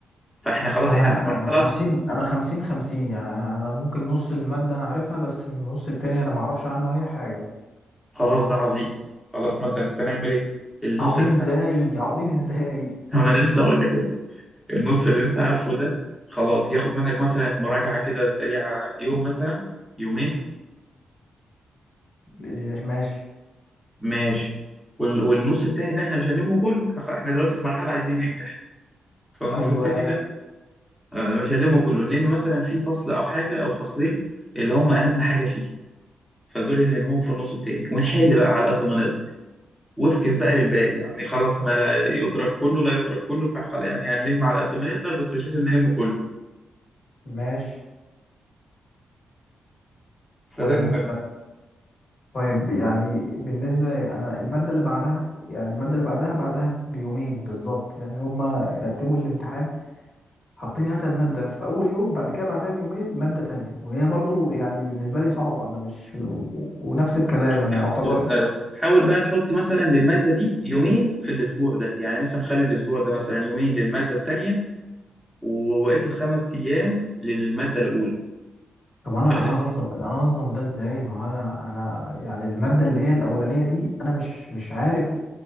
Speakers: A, in the centre; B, on the left.
A: فاحنا خلاص
B: انا
A: احنا في مرحله
B: خمسين انا خمسين خمسين يعني انا ممكن نص المادة انا عارفها بس النص التاني انا معرفش عنه اي حاجة
A: خلاص ده عظيم خلاص مثلا فنعمل ايه النص
B: عظيم
A: اللي
B: ازاي
A: انت عارفه ده
B: عظيم ازاي
A: <laughs> ما انا لسه هقول لك أهو. النص اللي انت عارفه ده خلاص ياخد منك مثلا مراجعه كده سريعه يوم مثلا يومين
B: إيه، ماشي
A: ماشي وال... والنص التاني ده احنا مش هنلمه كله احنا خ- إحنا دلوقتي في مرحله عايزين ننجح فالنص
B: ايوه
A: التاني ده آه، مش هنلمه كله نلم مثلا في فصل او حاجه او فصلين اللي هم اهم حاجه فيه فدول اللي نلمهم في النص التاني ونحل بقى على قد ما نقدر وافكس بقى للباقي يعني خلاص ما لا يدرك كله لا يترك كله فخلاص يعني هنلم على قد ما نقدر بس مش لازم نلم كله
B: ماشي
A: فده
B: طيب
A: المهم
B: طيب يعني بالنسبة انا المادة اللي بعدها يعني المادة اللي بعدها بعدها بيومين بالظبط يعني هما رتبوا الامتحان حاطين هاتها المادة في أول يوم بعد كده بعدها بيومين مادة تانية وهي برضو يعني بالنسبة لي صعبة أنا مش و- ونفس الكلام
A: عشان
B: أنا
A: كده
B: يعتبر
A: كنت بسألك حاول بقى تحط مثلا للمادة دي يومين في الأسبوع ده يعني مثلا خلي الأسبوع ده مثلا يومين للمادة التانية ووقت الخمس أيام للمادة الأولى
B: طب انا
A: فلا
B: انا انظم انا انظم ده ازاي ما هو انا انا يعني الماده اللي هي الاولانيه دي انا مش مش عارف